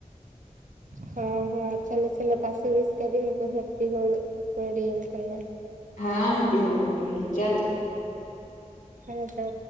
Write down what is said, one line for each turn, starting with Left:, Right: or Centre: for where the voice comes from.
Right: હા હા ચાલો ચાલો પાછુ વિષ કરી લો હેપ્પી હોળી એમ કરને
Left: હા હેપ્પી હોળી હેપ્પી હોલી ચાલો
Right: હા તો